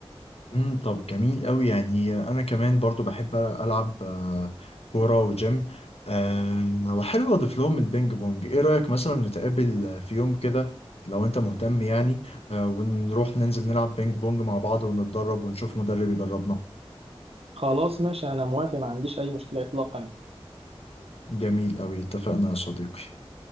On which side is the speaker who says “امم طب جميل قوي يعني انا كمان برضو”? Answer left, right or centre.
Left